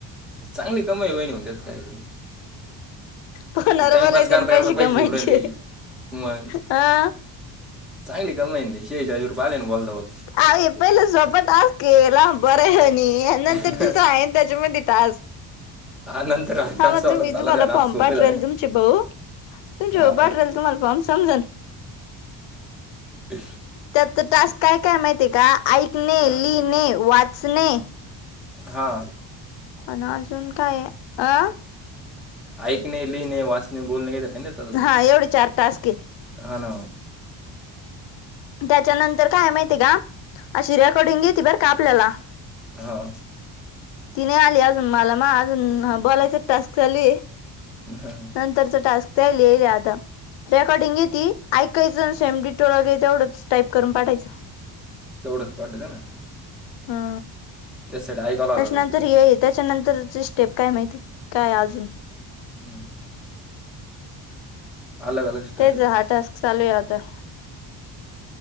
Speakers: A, in the centre; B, on the left (about 80°).
A: चांगली कमाई वईणी होन त्यात काही
B: फोनवर
A: टाइमपास
B: बोलायचं
A: करता
B: अन पैसे
A: करता पाहिजे
B: कमायचे
A: उरली मगं
B: हा
A: चांगली कमाईे हजुय आले बोलल बोल
B: अपला सोपटा केला बरं हाय. आणि
A: बोलता
B: नंतर तुझं आहे त्याच्या मती तज
A: हा नंतर हट्ट
B: हां
A: असं
B: म
A: वाटत
B: तुम्ही
A: झाला
B: तुम्हाला
A: द्या ना
B: पंपाट्रेल
A: आज सोपे झाले ना
B: तुमची भाऊ तुमच्या
A: हा
B: बाट राल तुम्हाला फम समजल
A: ह
B: त्याचा टास्क काय काय माहितीय का ऐकणे
A: हा
B: लिहिणे वाचणे
A: हा
B: ह अजून काय अ
A: ऐकणे लिहिणे वाचणे बोलणे का तर नाहीजून
B: हा एवढे चार टास्क आहे
A: हा ना
B: त्याच्यानंतर काय माहितीय का अ शिऱ्याकडून घेतेतती बर आपल्याला
A: हा.
B: ती नाही आली अजून मला म अजून बोलायचं एक टास्क झाली
A: हां
B: नंतर टास्क आता रेकॉर्डिंग येत ऐ काहीण सेम डिटेल वगै तेवढंच टाईप करून पाठायचं..
A: तेवढंच पाडत ना
B: हा.
A: त्याचसाठी ऐकावं लागलं
B: त्याच्यानंतर
A: ना पुरी
B: हे त्याच्यानंतरचे स्टेप काय माहिती काय अजून
A: <unintelligible> अलग अलग स्टाईल
B: तेच हार्ड टास्क चालू आहे आता